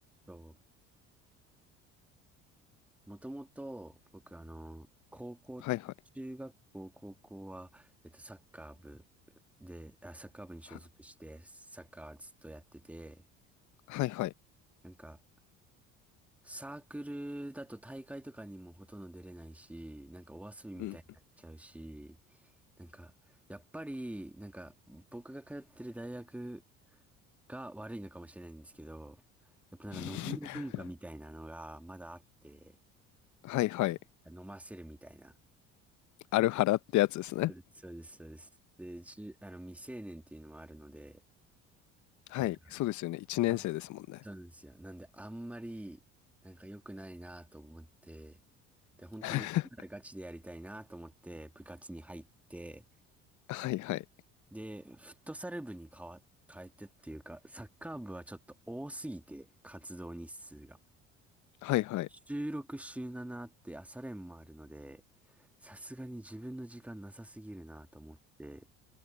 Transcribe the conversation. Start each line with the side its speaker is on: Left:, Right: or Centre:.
Centre: と、もともと、僕、あの、高校と、
Left: はいはい。
Centre: 中学校、高校は、えっと、サッカー部で、あ、サッカー部に所属して、
Left: は、
Centre: サッカーずっとやってて、
Left: はいはい。
Centre: なんか、サークルだと大会とかにもほとんど出れないし、なんかお遊びみたいになっちゃうし、
Left: うん。
Centre: なんか、やっぱり、なんか、僕が通ってる大学が悪いのかもしれないんですけど、やっぱなんか飲みの文化みたいなのがまだあって、
Left: <laughs> はいはい。
Centre: 飲ませるみたいな。
Left: アルハラってやつですね。
Centre: そうです、そうです。そうですで、じゅ、あの、未成年っていうのもあるので、
Left: はい、
Centre: なんか、
Left: そうですよね。1年生ですもんね。
Centre: あら、そうなんですよ。なんで、あんまり、なんか良くないなと思って、で、本当にやるならガチでやりたいなと思って、
Left: <laughs>
Centre: 部活に入って、
Left: はいはい。
Centre: で、フットサル部に変わ、変えてっていうか、サッカー部はちょっと多すぎて、活動日数が。
Left: はいはい。
Centre: 週6、週7あって朝練もあるので、さすがに自分の時間なさすぎるなと思って、